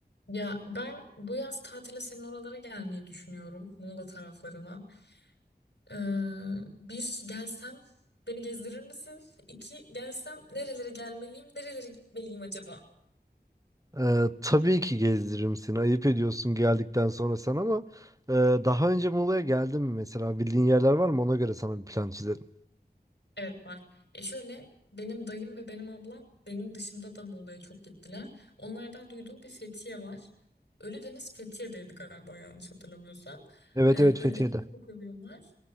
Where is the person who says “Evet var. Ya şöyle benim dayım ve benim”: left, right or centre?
Left